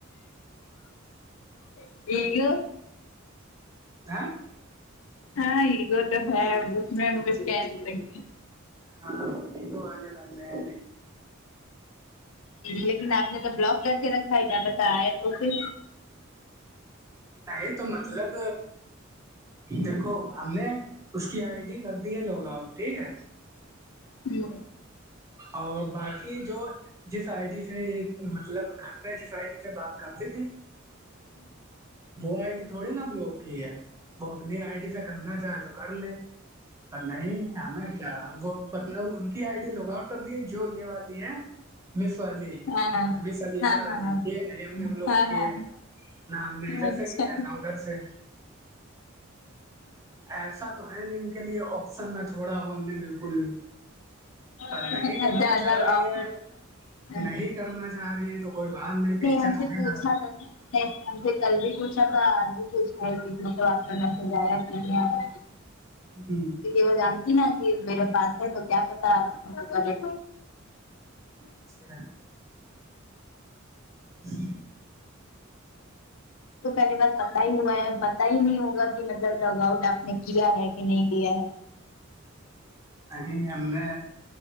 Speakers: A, on the left; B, on the right.
A: <unintelligible> گو
B: ہ
A: ہاں ایگو تو ہے اب میں پک رے <unintelligible>
B: ہاں ا یگو والے بندے ہے
A: لیکن آپ نے تو بلاک کر کے رکھا ہے کیا بت ہے تو پھر
B: نہیں تو مطلب دیکھو ہم نے اس کی آئی ڈی کر دی ہے لوگ آؤٹ ٹھیک ہے
A: جی
B: اور باقی جو جس آئی ڈی سے مطلب گھر پہ جس آئی ڈی سے بات کرتی تھی وہ ائی ڈی تھوڑی نا بلاک کی ہے وہ اپنی آئی ڈی سے کرنا چاہے تو کر لے پر نہیں ہمیں کیا وہ مطلب ان کی آئی ڈی لوگ آؤٹ کر دیے جو یہ والی ہے مث والی
A: ہاں
B: مث علیزہ
A: ہاں ہاں ہاں ہاں
B: یہ نہیں ہم نے بلاک
A: ہاں
B: کی
A: ہاں
B: ہے نہ ہم نے ادھر
A: اچھا
B: سے کیا ہے نا ادھر سے ایسا تو ہے ن ان کے لیے آپشن نہ چھوڑا وہ ہم نے بالکل بھی پر
A: اچھا
B: نہیں کرنا
A: اچھا
B: چاہ رہی ہیں
A: آپ
B: نہیں کرنا چاہ رہی ہیں تو کوئی باہر نہیں بیچے
A: ہم
B: تھوڑے
A: سے پوچھا
B: نہ
A: تھا نہیں سے کل بھی پوچھا تھا آج بھی پوچھا ہے مطلب آپ کا میسج آیا کہ نہیں آیا
B: ہوں
A: وہ جانتی نا کہ میرے پاس ہے تو کیا پتا آپ کرے
B: اچھا ج
A: تو پہلی بات س پتا ہی ہوا ہے پتا ہی نہیں ہوگا کہ مطلب لگ آؤٹ آپ نے کیا ہے کہ نہیں کیا ہے
B: نہیں ہم نے